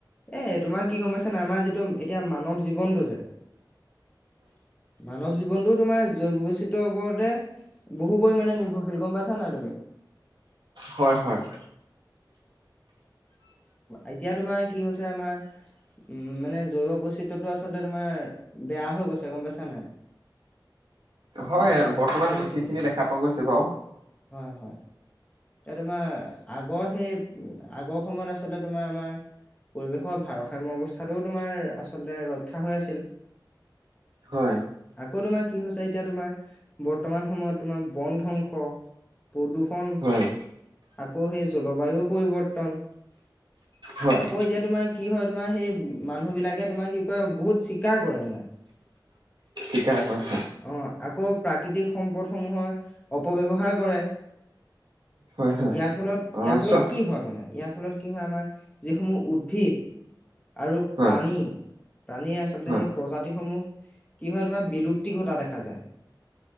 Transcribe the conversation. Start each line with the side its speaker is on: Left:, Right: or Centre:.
Left: এ তোমাৰ কি গম পাইছা ন আমাৰ যিটো এতিয়া মানৱ জীৱনটো যে মানৱ জীৱনটো তোমাৰ জৈৱ বৈচিত্ৰয়ৰ ওপৰতে বহু পৰিমামানে নিৰ্ভৰশীল গম পাইছা নাই তুমি? অ
Right: হয় হয় হয়
Left: এতিয়া তোমাৰ কি হৈছে আমাৰ উম মানে জৈৱ বৈচিত্ৰটো আচলতে তোমাৰ বেয়া হৈ গৈছে গম পাইছা নাই তোমাৰ
Right: হয়
Left: ধ্বংস
Right: বৰ্তমান
Left: হৈ গৈছে
Right: সেইখিনি
Left: আচলতে
Right: দেখা পোৱা গৈছে বাৰু।
Left: হয় হয়। এতিয়া তোমাৰ আগৰ সেই আগৰ সময়ত আচলতে তোমাৰ আমাৰ পৰিৱেশৰ ভাৰসাম্য় অৱস্থাটোও তোমাৰ আচলতে ৰক্ষা হৈ আছিল
Right: হয়
Left: আকৌ তোমাৰ কি হৈছে এতিয়া তোমাৰ বৰ্তমান সময়ত তোমাৰ বন ধ্বংস প্ৰদূষ আকৌ
Right: হয়
Left: সেই জলবায়ুৰ পৰিৱৰ্তন
Right: হয়
Left: আকৌ এতিয়া তোমাৰ কি হয় তোমাৰ সেই মানুহবিলাকে তোমাৰ কি কয় বহুত চীকাৰ কৰে মানে।
Right: শিকাৰ পৰা
Left: অ আকৌ প্ৰাকৃতিক সম্পদসমূহৰ অপবেবহাৰ কৰে।
Right: হয় হয়
Left: ইয়াৰ ফলত
Right: আহ
Left: ইয়াৰ ফলত
Right: চোৱা
Left: কি হয় মানে ইয়াৰ ফলত কি হয় আমাৰ যিসমূহ উদ্ভিদ আৰু
Right: হয়
Left: প্ৰাণী প্ৰাণীয়ে আচলতে
Right: হয়
Left: সেই প্ৰজাতিসমূহ কি হয় তোমাৰ বিলুপ্তি ঘটা দেখা যায়।